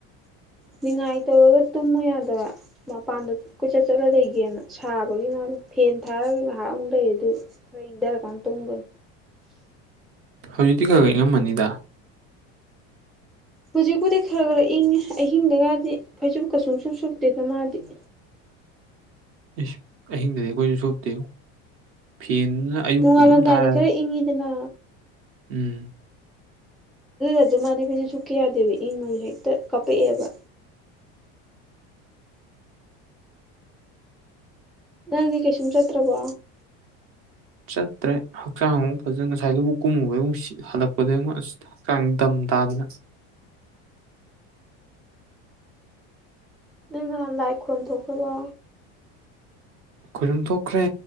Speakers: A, in the centre; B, on the right (about 45°).
A: ꯅꯤꯉꯥꯏ ꯇꯧꯔꯒ ꯇꯨꯝꯃ ꯌꯥꯗꯕ ꯃꯄꯥꯟꯗ ꯀꯣꯏꯆꯠ ꯆꯠꯂ ꯂꯩꯒꯦꯅ ꯁꯥꯕꯒꯤ ꯉ ꯐꯦꯟ ꯊꯥꯔꯒ ꯉꯥꯏꯍꯥꯛ ꯑꯃꯨꯛ ꯂꯩ ꯑꯗꯨ ꯈꯔ ꯏꯪꯊꯔꯀꯥꯟꯗ ꯇꯨꯝꯒꯅꯤ
B: ꯍꯧꯖꯤꯛꯇꯤ ꯈꯔ ꯈ ꯏꯉꯝꯝꯕꯅꯤꯗ
A: ꯍꯧꯖꯤꯛꯄꯨꯗꯤ ꯈꯔ ꯈꯔ ꯏꯪꯉꯦ ꯑꯍꯤꯡꯗꯒꯗꯤ ꯐꯩꯖꯨꯞ ꯀꯩꯁꯨꯝ ꯁꯨꯝ ꯁꯨꯞꯇꯦꯗ ꯃꯥꯗꯤ
B: ꯑꯩꯁ ꯑꯍꯤꯡꯗꯗꯤ ꯑꯩꯈꯣꯏꯁꯨ ꯁꯣꯞꯇꯤ ꯐꯦꯟꯗꯨꯅ ꯑꯌꯨꯛꯄꯨ
A: ꯅꯣꯡꯉꯥꯜꯂꯝꯗꯥꯏꯗꯤ
B: ꯑꯗꯨꯝ ꯊꯥꯏꯔꯦ
A: ꯈꯔ ꯏꯪꯉꯤꯗꯅ
B: ꯎꯝ
A: ꯑꯗꯨꯁꯨ ꯃꯥꯗꯤ ꯐꯩꯁꯨꯦ ꯁꯨꯛ ꯀ ꯌꯥꯗꯦꯕ ꯏꯪꯉꯁꯨ ꯍꯦꯛꯇ ꯀꯥꯄꯛꯑꯦꯕ ꯅꯪꯅꯦ ꯀꯩꯁꯨꯝ ꯆꯠꯇ꯭ꯔꯕꯣ
B: ꯆꯠꯇ꯭ꯔꯦ ꯍꯛꯆꯥꯡ ꯑꯃꯨꯛ ꯐꯖꯅ ꯉꯁꯥꯏ ꯂꯨꯕꯨꯛ ꯀꯨꯝꯃꯨꯕꯩ ꯑꯃꯨꯛ ꯍꯜꯂꯛꯄꯗꯩ ꯑꯃꯨꯛ ꯑꯁ ꯀꯪꯗꯝꯝ ꯇꯥꯗꯅ
A: ꯑꯩꯅ ꯂꯥꯏ ꯈꯣꯝ ꯊꯣꯛꯄꯕ
B: ꯈꯣꯏꯔꯨꯝ ꯊꯣꯛꯈ꯭ꯔꯦ